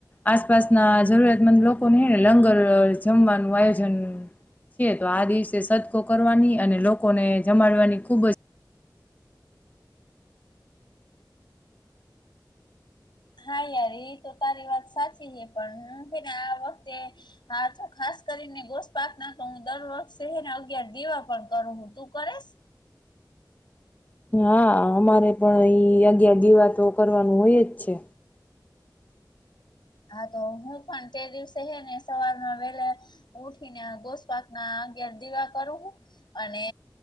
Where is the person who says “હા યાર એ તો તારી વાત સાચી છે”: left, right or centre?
Left